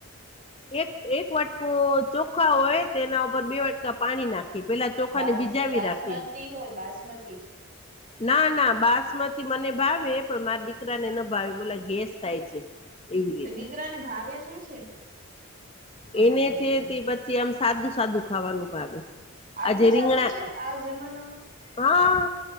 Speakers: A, on the left; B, on the right.
A: એક એક વાટકો ચોખા હોય તેના ઉપર બે વાટકા પાણી નાખીએ પેલા ચોખાને
B: બાસ
A: ભીજાવી
B: બાસમતી
A: રાખીએ
B: હોય બાસમતી
A: ના ના બાસમતી મને ભાવે પણ મારા દીકરાને ના ભાવે બોલા ગેસ થાય છે. એવી રીતે
B: તો દીકરાને ભાવે શું છે? તમારા
A: એને
B: દીકરાને?
A: છે તે પછી આમ સાદું સાદું ખાવાનું ભાવે.
B: આટલું
A: આજે રીંગણા
B: સાદું છે આ જમાના માં.
A: હા